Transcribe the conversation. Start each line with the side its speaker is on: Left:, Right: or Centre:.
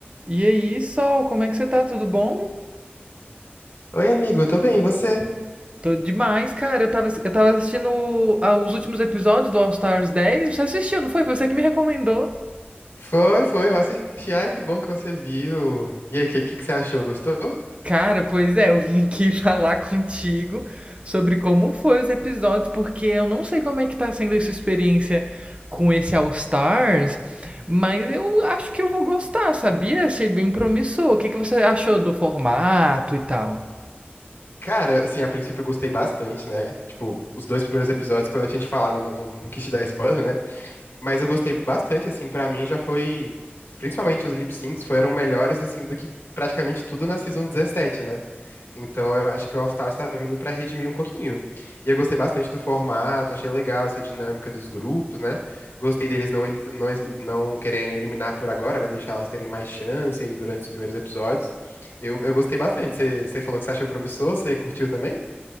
Right: E aí, Sol, como é que você tá? Tudo bom?
Left: Oi, amigo, eu tô bem, e você?
Right: Tô demais, cara. Eu tava, eu tava assistindo ah, os últimos episódios do All Stars 10. Você assistiu, não foi? Foi você que me recomendou.
Left: Foi, foi, eu assisti. Ai, que bom que você viu. E aí, o que, que que você achou? Gostou?
Right: Cara, pois é, eu vim aqui <laughs> falar contigo sobre como foi os episódios, porque eu não sei como é que tá sendo essa experiência com esse All Stars, mas eu acho que eu vou gostar, sabia? Achei bem promissor. O que que você achou do formato e tal?
Left: Cara, assim, a princípio eu gostei bastante, né? Tipo, os dois primeiros episódios, quando eu tinha te falado, eu não, não quis te dar spoiler, né? Mas eu gostei bastante, assim, pra mim já foi. Principalmente os lip syncs foram melhores, assim, do que praticamente tudo na Season 17, né? Então eu acho que o All Stars tá vindo pra redimir um pouquinho. E eu gostei bastante do formato, achei legal essa dinâmica dos grupos, né? Gostei deles não, el- não, es- não quererem eliminar por agora, né? Deixar elas terem mais chance aí durante os primeiros episódios. Eu, eu gostei bastante. Você você falou que você achou promissor, você curtiu também?